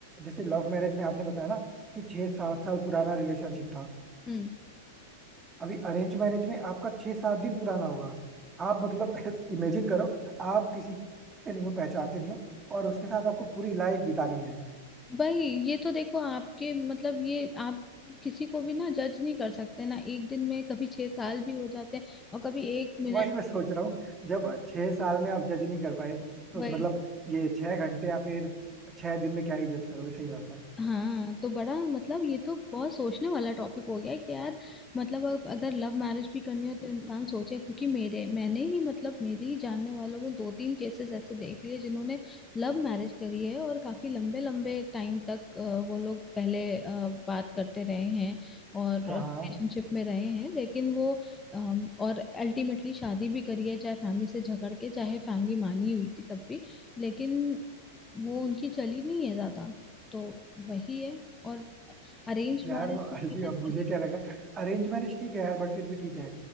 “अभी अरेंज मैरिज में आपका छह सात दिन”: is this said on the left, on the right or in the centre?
Right